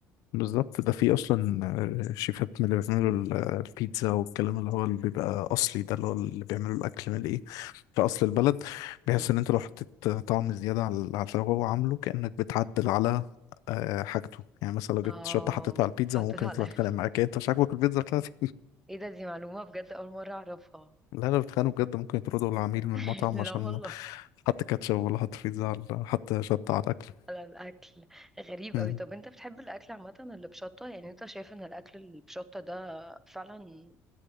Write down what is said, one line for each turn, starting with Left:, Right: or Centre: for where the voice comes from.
Left: بالظبط ده في أصلا آه، شيفات من اللي بيعملوا ال- آه، البيتزا والكلام اللي هو اللي بيبقى أصلي ده اللي هو اللي بيعملوا الأكل من إيه في أصل البلد
Centre: مم.
Left: بيحس إن أنت لو حطيت طعم زيادة على على اللي هو عامله كأنك بتعدل على آه، حاجته يعني مثلا لو جبت
Centre: اه
Left: شطة حطيتها على البيتزا
Centre: حطيت
Left: ممكن
Centre: على
Left: يطلع يتخانق
Centre: <laughs>
Left: معاك إيه، أنت مش عاجبك البيتزا بتاعتي
Centre: ايه ده دي معلومه بجد اول مره اعرفها
Left: لا لو بيتخانقوا بجد ممكن يطردوا العميل من
Centre: <laughs>
Left: المطعم
Centre: لا
Left: عشان
Centre: والله
Left: حط كاتشب ولا حط بيتزا على حط شطة على الأكل
Centre: على الاكل غريب
Left: مم.
Centre: قوي طب انت بتحب الاكل عامه اللي بشطه يعني انت شايف ان الاكل اللي بشطه ده فعلا